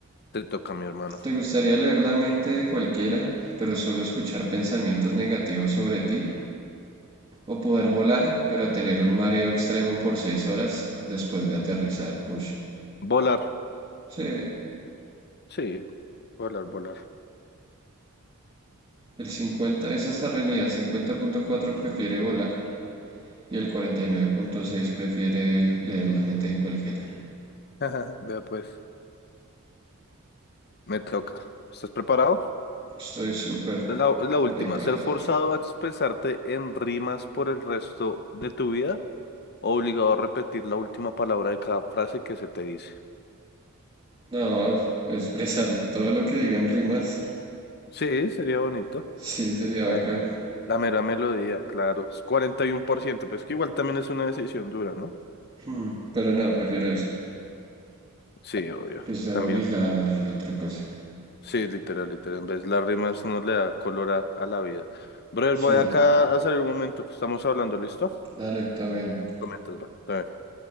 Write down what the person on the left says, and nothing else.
Te toca, mi hermano.
Volar.
Sí, volar, volar.
<laughs> Vea pues, me toca. ¿Estás preparado?
Esta Es la, es la última.
¿Ser forzado a expresarte en rimas por el resto de tu vida? ¿O obligado a repetir la última palabra de cada frase que se te dice?
Sí, sería bonito.
Ay,
la mera melodía, claro. Es 41%, pero es que igual también es una decisión dura, ¿no?
Sí, obvio,
también.
Sí, literal, literal. En vez las rimas nos le da color a, a la vida. Brother,
voy acá a salir un momento. Estamos hablando, ¿listo?
Comentas, va. Está bien.